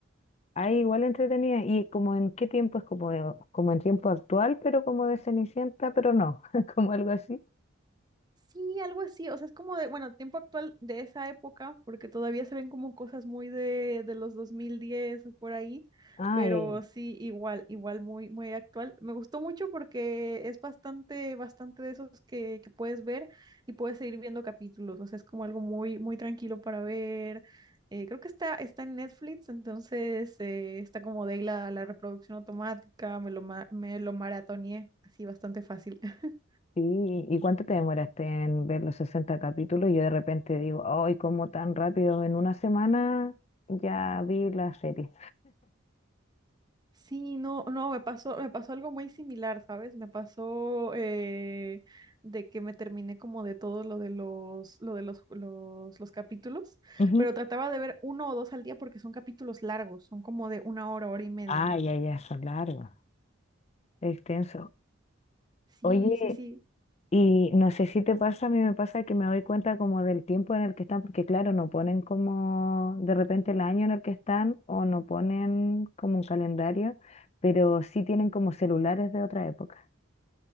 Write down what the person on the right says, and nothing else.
Sí, algo así, o sea, es como de, bueno, tiempo actual de esa época, porque todavía se ven como cosas muy de, de los 2010 o por ahí,
pero
sí, igual, igual muy, muy actual. Me gustó mucho porque es bastante, bastante de esos que, que puedes ver y puedes seguir viendo capítulos, o sea, es como algo muy, muy tranquilo para ver. Eh, creo que está, está en Netflix, entonces eh, está como de ahí la, la reproducción automática, me lo, ma- me lo maratoneé así bastante fácil. <laughs>
Sí, no, no, me pasó, me pasó algo muy similar, ¿sabes? Me pasó eh, de que me terminé como de todo lo de los, lo de los, los, los capítulos,
pero trataba de ver uno o dos al día porque son capítulos largos, son como de una hora, hora y media.
Sí,
sí, sí,